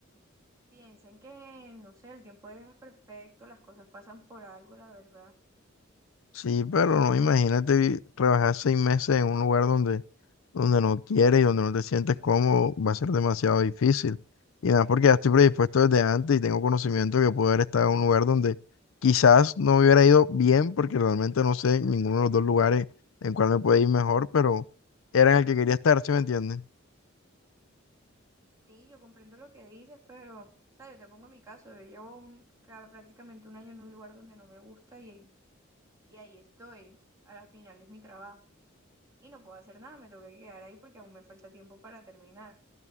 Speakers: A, on the right; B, on the left.
A: piensan que, no sé, el tiempo de Dios es perfecto, las cosas pasan por algo, la verdad.
B: Sí, pero no, imagínate vi- trabajar seis meses en un lugar donde, donde no quieres y donde no te sientes cómodo, va a ser demasiado difícil. Y nada, porque ya estoy
A: Sí,
B: predispuesto desde antes y tengo conocimiento que puedo haber estado en un lugar donde quizás no me hubiera ido bien, porque realmente no sé ninguno de los dos lugares en cuál me puede ir mejor, pero era en el que quería estar, ¿sí me entiendes?
A: sí, yo comprendo lo que dices, pero, o sea, yo te pongo mi caso, yo llevo un, ca- prácticamente un año en un lugar donde no me gusta y, y ahí estoy, a la final es mi trabajo. Y no puedo hacer nada, me tengo que quedar ahí porque aún me falta tiempo para terminar.